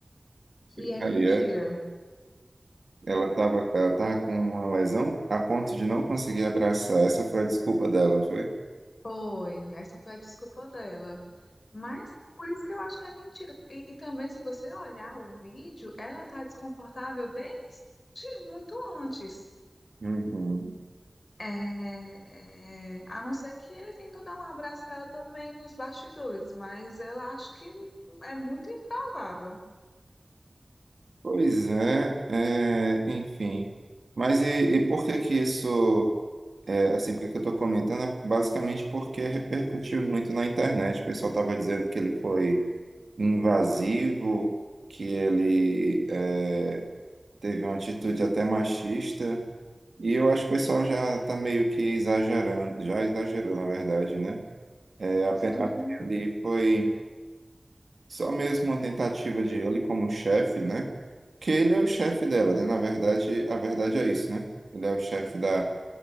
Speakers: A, on the left; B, on the right.
A: Que é
B: Aí
A: mentira.
B: é, ela estava, ela tava com uma lesão a ponto de não conseguir abraçar. Essa foi a desculpa dela, foi?
A: Foi. Essa foi a desculpa dela. Mas por isso que eu acho que é mentira. E, e também, se você olhar o vídeo, ela tá desconfortável desde muito antes.
B: Uhum.
A: É, é, a não ser que ele tentou dar um abraço nela também nos bastidores, mas eu acho que é muito improvável.
B: Pois é, é, enfim. Mas e, e por que que isso, é, assim, por que que eu estou comentando? É basicamente porque repercutiu muito na internet. O pessoal estava dizendo que ele foi invasivo, que ele é, teve uma atitude até machista. E eu acho que o pessoal já está meio que exagerando, já exagerou, na verdade, né? É, apenas
A: Sim,
B: ali foi. Só mesmo uma tentativa de ele como chefe, né? Que ele é o chefe dela, né? Na verdade, a verdade é isso, né? Ele é o chefe da,